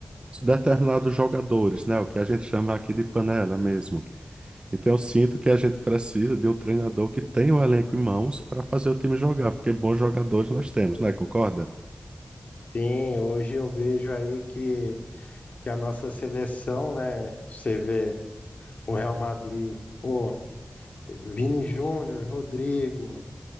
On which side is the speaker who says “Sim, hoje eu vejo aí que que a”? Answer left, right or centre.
Left